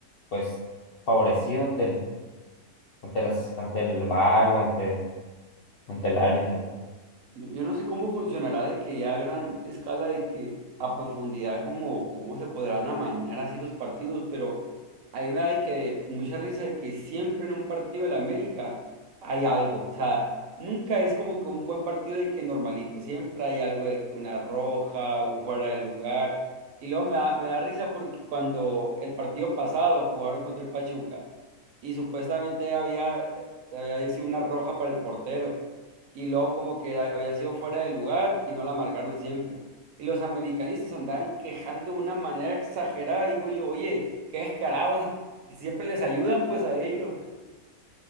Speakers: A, on the left; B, on the right.
A: pues favorecido ante el, ante las, ante el VAR o ante, ante el árbitro.
B: Yo, yo no sé cómo funcionará de que ya a gran escala, de que a profundidad, como cómo se podrán amañar así los partidos, pero a mí me da de que mucha risa de que siempre en un partido del América hay algo, o sea, nunca es como que un buen partido de que normalito, siempre hay algo de que una roja, un fuera de lugar, y luego me da, me da risa porque cuando el partido pasado jugaron contra el Pachuca y supuestamente había, había sido una roja para el portero y luego como que ha- había sido fuera de lugar y no la marcaron siempre. Y los americanistas andaban quejando de una manera exagerada, digo yo, oye, qué descarados, y siempre les ayudan pues a ellos.